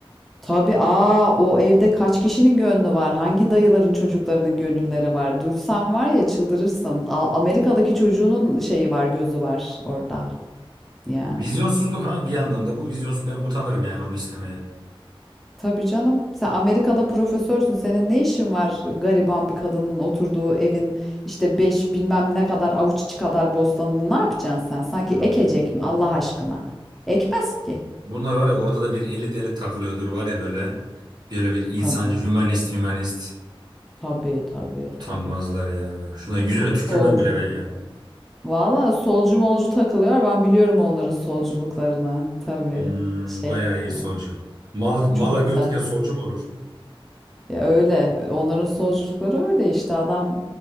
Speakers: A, in the centre; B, on the right (about 45°).
A: tabii aa o evde kaç kişinin gönlü var? Hangi dayıların çocuklarının gönülleri var? Duysan var ya çıldırırsın. A- Amerika'daki çocuğunun şeyi var, gözü var orada. Ya.
B: Vizyonsuzluk ha bir yandan da bu vizyonsuz ben utanırım yani onu istemeye.
A: Tabii canım. Sen Amerika'da profesörsün. Senin ne işin var gariban bir kadının oturduğu evin işte beş bilmem ne kadar avuç içi kadar bostanını ne yapacaksın sen? Sanki
B: Hmm.
A: ekecek mi Allah aşkına? Ekmez ki.
B: Bunlar var ya orada da bir elit elit takılıyordur var ya böyle. Böyle bir insancı,
A: Tabii.
B: hümanist, hümanist.
A: Tabii tabii
B: Utanmazlar
A: tabii.
B: ya. Şuna yüzüne tükürmem
A: Solcu.
B: bile ben ya.
A: Valla solcu molcu takılıyor. Ben biliyorum onların solculuklarını. Tabii.
B: Hmm,
A: Şey
B: bayağı
A: yani.
B: iyi solcu. Mal, mala
A: Çok
B: göz
A: güzel.
B: diken solcu mu olur?
A: Ya öyle. Onların solculukları öyle işte. Adam